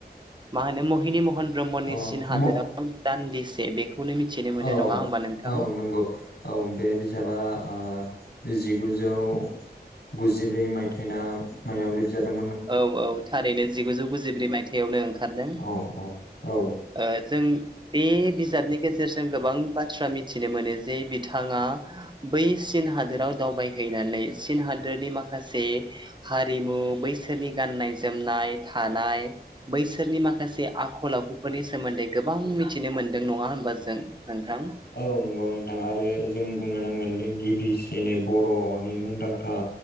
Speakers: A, on the right; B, on the left.
A: मा होनो महिनि मह महन ब्रह्मनि
B: अ
A: चीन हादोराव
B: म
A: दान्दिसे बेखौनो मिथिनो
B: औ
A: मोनो नङा होमबा नोंथां।
B: औ नंगौ। औ बे बिजाबा ओ जिगुजौ गुजिब्रै मायथाइ ना मायाव लिरजादों
A: औ औ थारैनो जिगुजौ गुजिब्रै मायथायवनो ओंखारदों।
B: औ औ
A: ओ जों बे बिज बिजाबनि गेजेरजों गोबां बाथ्रा मिथिनो मोनो जे बिथाङा बै चीन हादोराव दावबायहैनानै चीन हादोरनि माखासे हारिमु बैसोरनि गाननाय जोमनाय थानाय बैसोरनि माखासे आखल आखुफोरनि सोमोन्दै गोबां मिथिनो मोनदों नङा होनबा जों। नोंथां
B: औ नंगौ नोंथां आरो जों बुंनो नांगोन बे गिबिसिनै बर'नि मुंदांखा